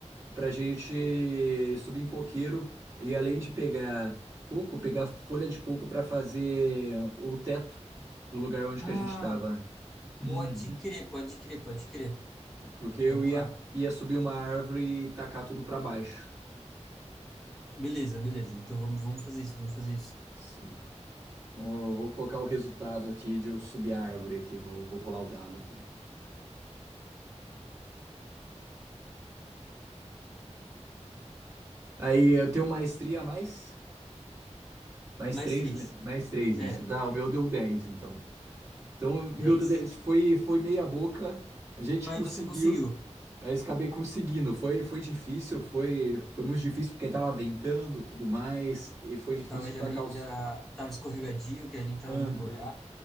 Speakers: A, on the right; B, in the centre.
A: pra gente subir em coqueiro e além de pegar coco, pegar folha de coco pra fazer o teto do lugar onde
B: Ah,
A: que a gente tava. Uhum.
B: pode crer, pode crer, pode crer.
A: Porque eu
B: Vamos
A: ia,
B: lá.
A: ia subir uma árvore e tacar tudo pra baixo.
B: Beleza, beleza. Então vamos, vamos fazer isso, vamos fazer isso.
A: Sim. Vou vou colocar o resultado aqui de eu subir a árvore aqui, vou, vou rolar o dado aqui. Aí eu tenho maestria a mais? Mais
B: Mais
A: três,
B: três.
A: né? Mais três, isso.
B: É,
A: Dá, o meu deu 10 então. Então, o meu
B: dez.
A: deu dez Foi, foi meia boca. A gente
B: Mas
A: conseguiu,
B: você conseguiu.
A: mas acabei conseguindo. Foi, foi difícil, foi, foi muito difícil porque tava ventando, tudo mais. E foi difícil
B: Tava já
A: tacar
B: meio,
A: os...
B: já tava escorregadio, que a gente tava
A: Aham.
B: meio molhado.